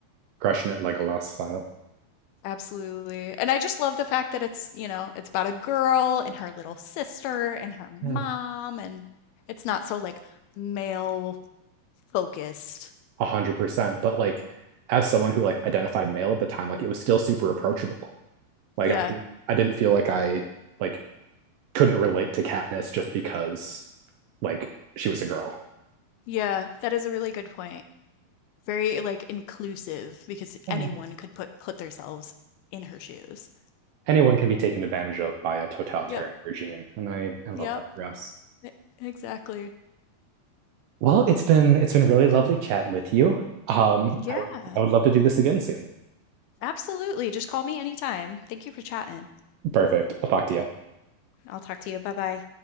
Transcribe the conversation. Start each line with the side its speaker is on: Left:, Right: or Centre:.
Right: crushing it Legolas style.
Left: Absolutely. And I just love the fact that it's, you know, it's about a girl and her little sister and her mom
Right: Yeah.
Left: and it's not so like male focused.
Right: A hundred percent. But like, as someone who like identified male at the time, like it was still super approachable.
Left: Yeah.
Right: Like I didn't, I didn't feel like I like couldn't relate to Katniss just because like she was a girl.
Left: Yeah, that is a really good point. Very like inclusive because
Right: Yeah.
Left: anyone could put put themselves in her shoes.
Right: anyone can be taken advantage of by a totalitarian
Left: Yep,
Right: regime, and I, I love
Left: yep,
Right: that for us.
Left: e- exactly.
Right: Well, it's been it's been really lovely chatting with you. Um,
Left: Yeah,
Right: I would I would love to do this again soon.
Left: absolutely. Just call me anytime. Thank you for chatting.
Right: Perfect. I'll talk to you.
Left: I'll talk to you. Bye bye.